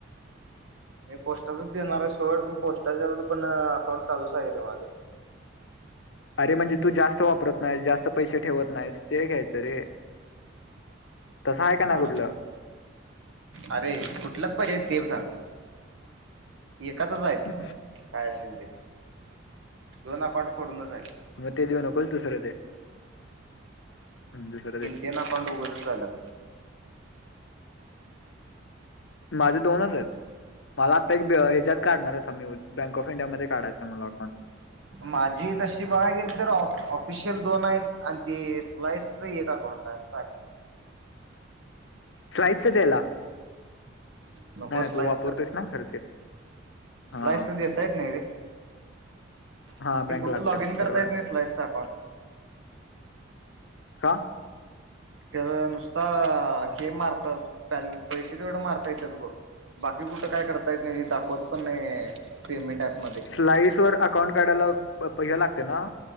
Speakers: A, on the right; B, on the left.
A: मी पोस्टाचच देणार आहे सोड पोस्टाच्या पण अकाउंट चालूच आहे रे माझं
B: अरे म्हणजे तू जास्त वापरत नाहीस जास्त पैसे ठेवत नाहीस ते घ्यायचं रे तसं आहे का नाही
A: हा
B: कुठलं
A: अरे कुठलंच पहिजे आहेत ते सांग एातच आहेत
B: ह
A: काय असेल ते दोन अकाउंट फडूनच
B: मग ते देऊ नकोच दुसरं दे हम्म, दुसरं दे
A: तिनते नाकंड उगच झालंत
B: माझे दोनच आहेत मला आत्ता एक ह्यात काढणार होता मी बँक ऑफ इंडियामध्येध्ये काढायचा आहे मला अकाउंट
A: माझी तशी बघाय गेल तर ऑफिशियल दोन आहेत आणि ते स्लाईस आहेत अकाउंट बय
B: स्लाईसच द्यायला
A: नको
B: नाही
A: स्लाइसच
B: तू वापरतोस ना खर ते हा
A: स्लाईस देता येत नाही रे
B: हा
A: की
B: बँक
A: कुठे
B: लागत्या
A: लॉग इन करतायेत
B: बरोबर आहे
A: नाही स्लाईसच अकाउंट
B: का
A: त्या नुसता हे मारत पैसे तेवढ मारताय त्यात बघ बाकी कुठं काय करता येत नाही ती दाखवत पण नाही पेमेंट ऍपमध्ये
B: स्लाईस वर अकाउंट काढायला पैसा लागते ना